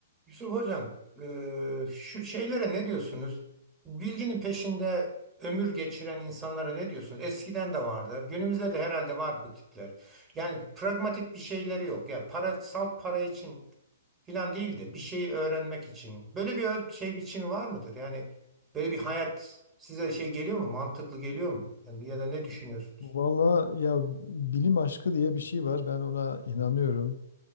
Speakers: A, on the right; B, on the left.
A: Yusuf Hocam, e, şu şeylere ne diyorsunuz? Bilginin peşinde ömür geçiren insanlara ne diyorsunuz? Eskiden de vardı. Günümüzde de herhalde var bu tipler. Yani pragmatik bir şeyleri yok. Ya para, salt para için filan değil de bir şeyi öğrenmek için. Böyle bir ö- şey biçimi var mıdır? Yani böyle bir hayat size şey geliyor mu? Mantıklı geliyor mu? Yani ya da ne düşünüyorsunuz?
B: Valla ya bilim aşkı diye bir şey var. Ben ona inanıyorum.